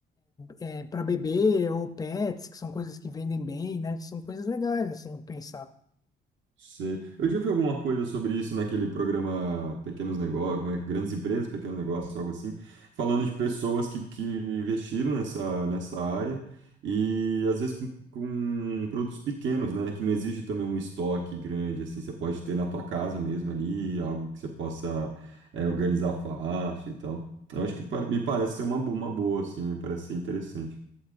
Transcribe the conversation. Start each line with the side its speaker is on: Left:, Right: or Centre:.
Left: é, para bebê ou pets, que são coisas que vendem bem, né? São coisas legais, assim, pensar.
Right: Sei. Eu já vi alguma coisa sobre isso naquele programa Pequenos Negócios, como é, Grandes Empresas, Pequenos Negócios, algo assim, falando de pessoas que, que investiram nessa, nessa área e às vezes com, com produtos pequenos, né, que não exige também um estoque grande, assim, você pode ter na tua casa mesmo ali, algo que você possa é, organizar fácil e tal. Eu acho que par- me parece ser uma, bo- uma boa, assim, me parece ser interessante.